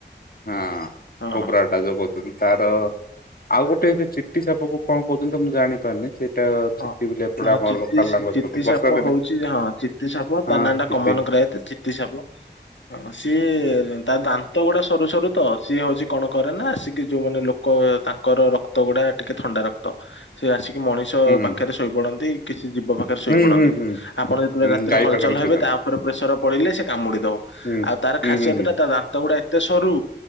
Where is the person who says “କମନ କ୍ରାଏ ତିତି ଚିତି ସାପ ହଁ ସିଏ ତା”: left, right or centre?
Left